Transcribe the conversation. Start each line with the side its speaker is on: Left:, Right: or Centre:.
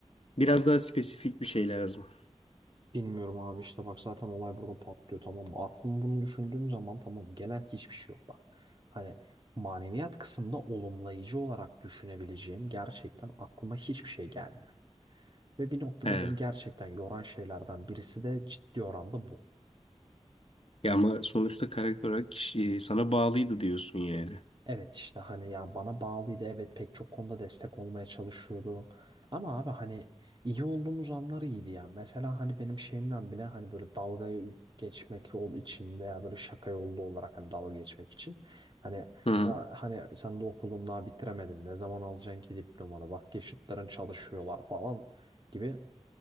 Left: biraz daha spesifik bir şey lazım.
Right: Bilmiyorum abi işte bak zaten olay burada patlıyor tamam mı? Aklım bunu düşündüğüm zaman tamam gelen hiçbir şey yok bak. Hani maneviyat kısmında olumlayıcı olarak düşünebileceğim gerçekten aklıma hiçbir şey gelmiyor. Ve bir noktada
Left: He.
Right: beni gerçekten yoran şeylerden birisi de ciddi oranda bu.
Left: Ya ama sonuçta karakter olarak kişi- sana bağlıydı diyorsun yani.
Right: Evet işte hani ya bana bağlıydı evet pek çok konuda destek olmaya çalışıyordu. Ama abi hani iyi olduğumuz anları iyiydi ya. Mesela hani benim şeyimden bile hani böyle dalga geçmek ol için veya böyle şaka yolu olarak hani dalga geçmek için. Hani
Left: Hı.
Right: "La- hani sen de okulun daha bitiremedin ne zaman alacaksın ki diplomanı bak yaşıtların çalışıyorlar falan gibi